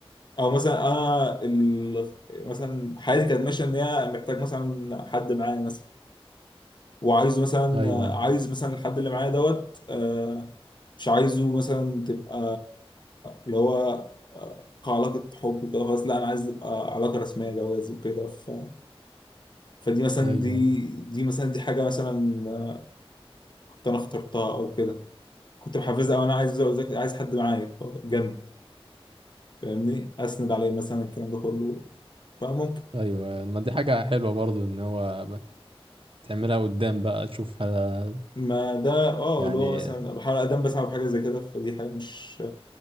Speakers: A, on the left (about 45°); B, on the right (about 60°).
A: او مثلا انا ال... مثلا حياتي كانت ماشيه ان هي محتاج مثلا حد معايا مثلا وعايزه مثلا
B: ايوه
A: عايز مثلا الحد اللي معايا دوت آه، مش عايزه مثلا تبقى اللي هو آه، كعلاقة حب وكده خلاص لا أنا عايز تبقى علاقة رسمية جواز وكده ف... فدي مثلا
B: ايوه
A: دي دي مثلا دي حاجة مثلا آه، كنت أنا اخترتها أو كده كنت محفزها أو أنا عايز أذاكر- عايز حد معايا جنبي فاهمني أسند عليه مثلا الكلام ده كله فممكن
B: ايوه ما دي حاجة حلوة برضو ان هو ب- تعملها قدام بقى تشوفها
A: ما ده اه
B: يعني
A: اللي هو مثلا بحاول أقدم بسعى بحاجة زي كده فدي حاجة مش